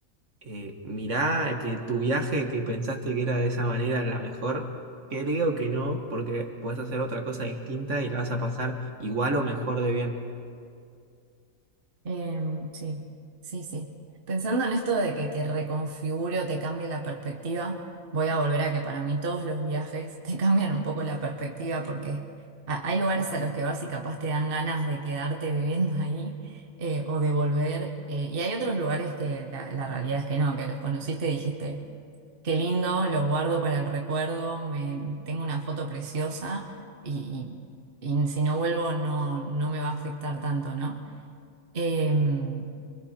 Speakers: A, on the right; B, on the right.
A: eh, mirá que tu viaje que pensaste que era de esa manera la mejor, creo que no, porque puedes hacer otra cosa distinta y la vas a pasar igual o mejor de bien.
B: Eh, sí, sí, sí. Pensando en esto de que te reconfigure o te cambie la perspectiva, voy a volver a que para mí todos los viajes te <laughs> cambian un poco la perspectiva porque ha- hay lugares a los que vas y capaz te dan ganas de quedarte viviendo ahí eh, o de volver. eh, y hay otros lugares que la, la realidad es que no, que los conociste y dijiste. Qué lindo, lo guardo para el recuerdo, me, tengo una foto preciosa y, y- y si no vuelvo no, no me va a afectar tanto, ¿no? Em,